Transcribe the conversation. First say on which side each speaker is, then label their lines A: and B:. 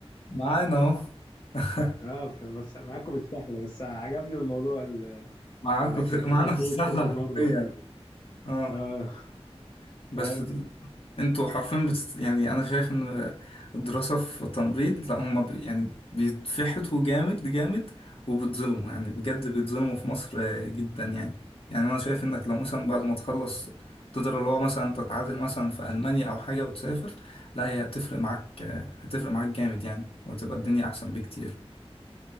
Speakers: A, on the left; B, on the left.
A: معانا اهو <laughs>
B: اه ف- بس معاكم السحلة بس عجبني الموضوع
A: معاكم
B: انك
A: في... معانا
B: كنت بتدوس
A: في السحلة
B: ستيب بره
A: حرفيا
B: وكده
A: اه
B: اه <laughs>
A: بس
B: فاهم
A: د- انتوا حرفيا بتست... يعني انا شايف ان الدراسة في تمريض لا هما ب... يعني بيتفحتوا جامد جامد وبيتظلموا يعني بجد بيتظلموا في مصر آه، جدا يعني يعني انا شايف انك لو مثلا بعد ما تخلص تقدر اللي هو مثلا تتعادل مثلا في المانيا او حاجة وتسافر لا هي هتفرق معاك آه، هتفرق معاك جامد يعني وتبقى الدنيا احسن بكتير